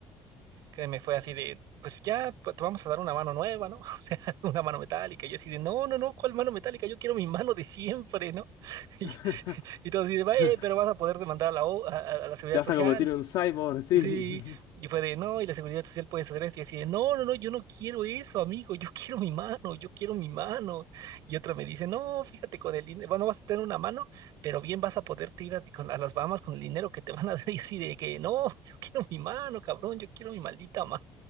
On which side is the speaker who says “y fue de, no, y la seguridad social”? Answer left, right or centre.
Right